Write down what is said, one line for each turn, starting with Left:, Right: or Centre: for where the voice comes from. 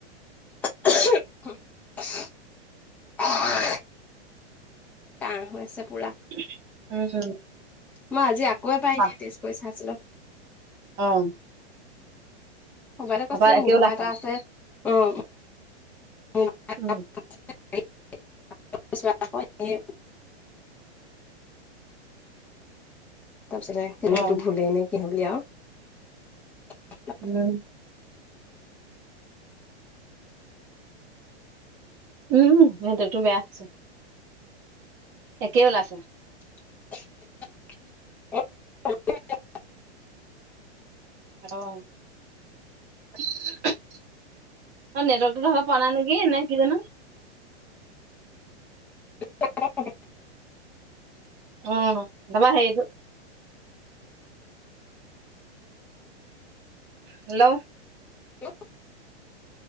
Centre: <unintelligible> কাঁহ হৈ আছে পুৰা।
Right: <unintelligible> উম!
Centre: মই আজি আকৌ এবাৰ
Right: পাহ
Centre: এনেই, টেষ্ট কৰি চাইছিলোঁ।
Right: অ'!
Centre: বাইদেউয়ে কৈছিলে,
Right: তাৰপা একে
Centre: মোৰ ভাগৰ
Right: ওলাইছে
Centre: এটা আছে। উম! <unintelligible>
Right: উম!
Centre: <unintelligible> তাৰপিছতে, তুমি
Right: অ
Centre: সেইটো ভুলেই নে' কি হয় বুলি আৰু
Right: উম! উম! সিহঁততো বেয়া হৈছে। একেই ওলাল চোন।
Centre: <unintelligible>
Right: অ'! <unintelligible> নেটৱৰ্কটো ভালকে পোৱা নাই নেকি? নে কি জানোঁ!
Centre: <unintelligible>
Right: অ'! তাৰপা, সেইটো হেল্ল'?
Centre: <unintelligible>